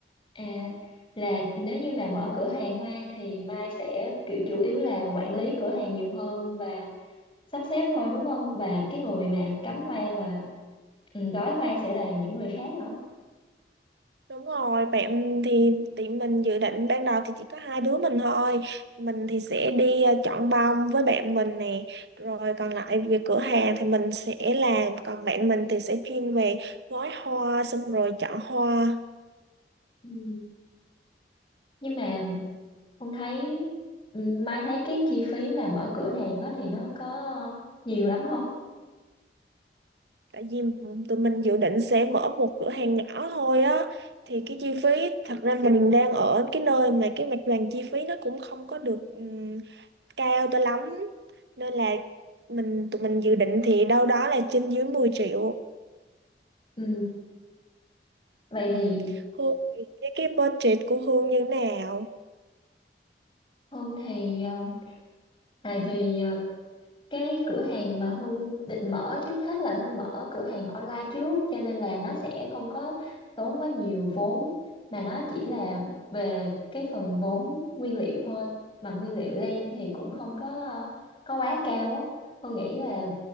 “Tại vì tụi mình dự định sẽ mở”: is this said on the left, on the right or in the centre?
Right